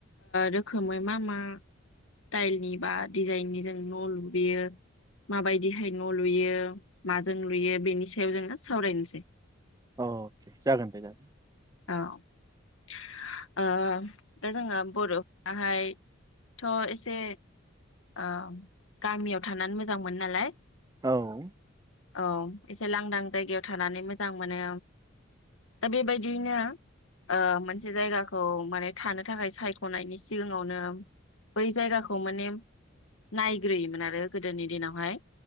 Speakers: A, on the left; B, on the right.
A: रोखोमै मा मा स्टाइलनि बा डिजाइननि जों न लुयो माबायदिहाय न लुयो माजों लुयो बेनि सायाव जोङो सावरायनोसै।
B: अके जागोन दे जागोन ।
A: औ दा जोङो बरफ्राहायथ एसे औ गामियाव थानानै मोजां मोनो नालाय
B: औ ।
A: औ एसे लांदां जायगायाव थानानै मोजां मोनो दा बेबायदियैनो मोनसे जायगाखौ माने थानो थाखाय सायख नायनि सिगाङावनो बै जायगाखौ माने नायग्रोयोमोन आरो गोदोनि दिनावहाय